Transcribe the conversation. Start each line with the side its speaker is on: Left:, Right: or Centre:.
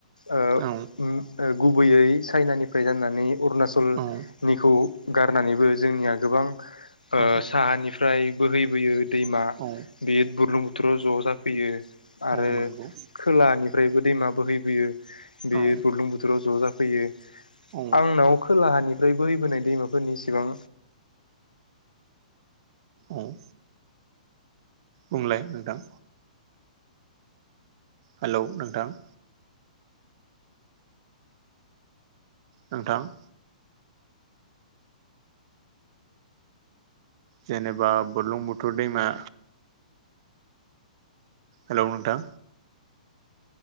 Left: ओ
Right: औ
Left: उम ओ गुबैयै चाइनानिफ्राय जानानै अरुणाचलनिखौ
Right: औ
Left: गारनानैबो जोंनिया गोबां ओ
Right: औ
Left: साहानिफ्राय बोहैबोयो। दैमा
Right: औ
Left: बे बुरलुंबुथुराव ज' जाफैयो आरो
Right: औ नंगौ
Left: खोलानि फ्रायबो दैम बोहैबोयो बेयो
Right: औ
Left: बुरलुं बुथोराव ज' जाफैयो।
Right: औ
Left: आंनाव खोलाहानि फ्राय बोहैबोनाय दैमाफोरनि इसिबां
Right: औ। बुंलाय नोंथां हेलौ नोंथां नोंथां जेनेबा बलुंबुथुर दैमा हेल' नोंथां